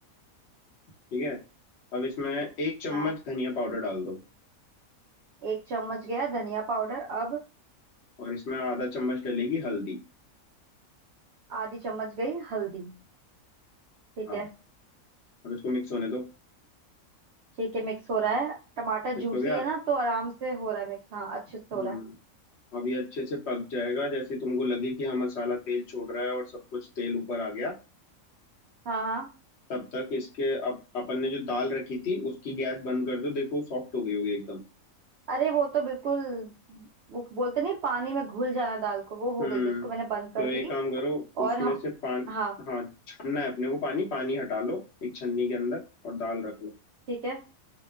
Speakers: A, on the left; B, on the right.
A: ठीक है अब इसमें एक चम्मच
B: हाँ
A: धनिया पाउडर डाल दो
B: एक चम्मच गया धनिया पाउडर अब
A: और इसमें आधा चम्मच डलेगी हल्दी
B: आधी चम्मच गई हल्दी ठीक
A: हाँ
B: है
A: अब इसको मिक्स होने दो
B: ठीक है मिक्स हो रहा है टमाटर
A: मिक्स
B: जूसी
A: हो गया
B: है ना तो आराम से हो रहा है मिक्स हाँ अच्छे
A: हम्म
B: से हो रहा है
A: अब ये अच्छे से पक जाएगा जैसे तुमको लगे कि हाँ मसाला तेल छोड़ रहा है और सब कुछ तेल ऊपर आ गया
B: हाँ हाँ
A: तब तक इसके अप, अपन ने जो दाल रखी थी उसकी गैस बंद कर दो देखो सॉफ्ट हो गई होगी एकदम
B: अरे वो तो बिल्कुल वो बोलते नहीं पानी में घुल जाना दाल को वो हो
A: हम्म
B: गई है उसको मैंने बंद कर
A: तो एक
B: दी
A: काम करो
B: और
A: उसमें
B: हम
A: से पानी
B: हाँ
A: हाँ छानना है अपने को पानी पानी हटा लो एक छन्नी के अंदर और दाल रख लो
B: ठीक है